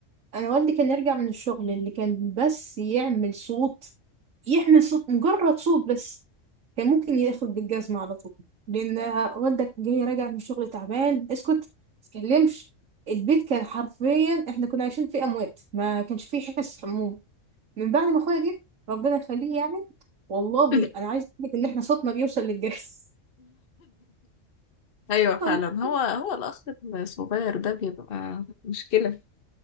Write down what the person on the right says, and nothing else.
انا والدي كان يرجع من الشغل اللي كان بس يعمل صوت يحمل صوت مجرد صوت بس كان ممكن ياخد بالجزمه على طول لان والدك جاي راجع من الشغل تعبان اسكت متتكلمش البيت كان حرفيا احنا كنا عايشين فيه اموات ما كانش فيه حس حموم من بعد ما اخويا جه ربنا يخليه يعني والله
انا عايز اقول لك ان احنا صوتنا بيوصل للجهاز
<laughs>